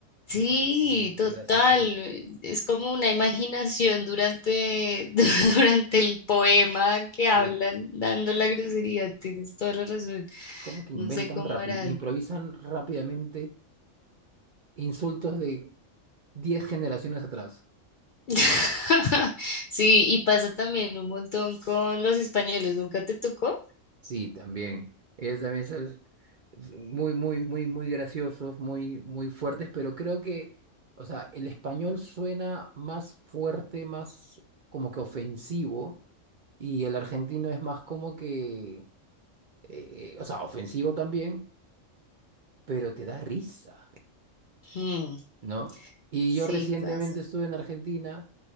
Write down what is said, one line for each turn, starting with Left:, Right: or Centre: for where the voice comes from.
Left: Sí,
Right: Y,
Left: total.
Right: y graciosísimo.
Left: Es como una imaginación durante, <laughs> durante el poema que
Right: Sí.
Left: hablan dando la grosería. Tienes toda la razón.
Right: ¿Cómo que inventan
Left: No sé cómo
Right: rápido?
Left: harán.
Right: Improvisan rápidamente insultos de 10 generaciones atrás.
Left: <laughs> Sí, y pasa también un montón con los españoles. ¿Nunca te tocó?
Right: Sí, también. Ellos también son muy, muy, muy, muy graciosos, muy, muy fuertes, pero creo que, o sea, el español suena más fuerte, más como que ofensivo, y el argentino es más como que, eh, o sea, ofensivo también, pero te da risa,
Left: Mm,
Right: ¿no? Y
Left: sí,
Right: yo recientemente
Left: pasa.
Right: estuve en Argentina.